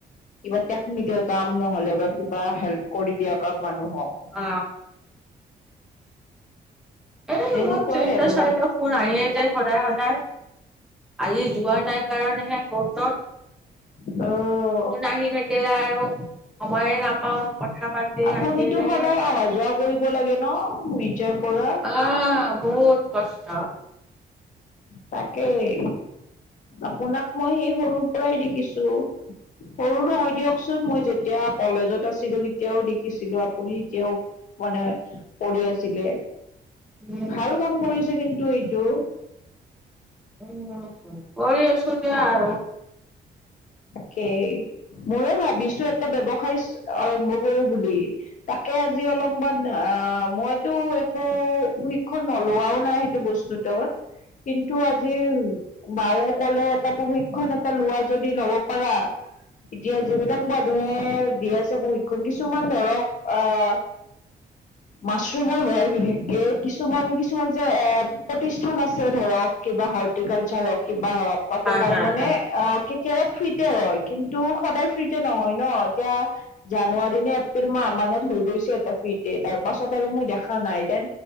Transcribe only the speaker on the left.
কিবা টেকনিকেল কাম নহলে বা কিবা হেল্প কৰি দিয়া কাম মানুহক
তেনেকুৱাই
আৰু
অ
আপুনিতো
সদায় অহা যোৱা কৰিব লাগে ন মিৰ্জাৰ পৰা
তাকেই আপোনাক মই সেই সৰুৰ পৰাই দেখিছো সৰু নহয় দিয়কচোন মই যেতিয়া কলেজত আছিলো তেতিয়াও দেখিছিলো আপুনি যেতিয়াও মানে কৰি আছিলে
ভাল কাম কৰিছে কিন্তু এইটো
কেই মইও ভাবিছু এটা ব্যৱসায় আৰম্ভ কৰো বুলি তাকে আজি অলপমান অ মইতো একো প্ৰশিক্ষণ নলোৱাও নাই সেইটো বস্তুটোত কিন্তু আজি বাও কলে এটা প্ৰশিক্ষণ এটা লোৱা যদি লব পাৰা এতিয়া যিবিলাক মানুহে দি আছে প্ৰশিক্ষণ কিছুমান ধৰক আহ মাছৰুমৰ হয় বিশেষকে কিছুমান কিছুমান যে এ প্ৰতিষ্ঠান আছে ধৰক কিবা হৰ্টিকালচাৰ হক কিব বা হক তাতে
তাৰমানে
অ অলপ ফ্ৰীতে হয় কিন্তু সদায় ফ্ৰীতে নহয় ন এতিয়া জানুৱাৰী নে এপ্ৰিল মাহ মান হৈ গৈছে এটা ফিতে তাৰ পাছত আৰু মই দেখা নাই দেন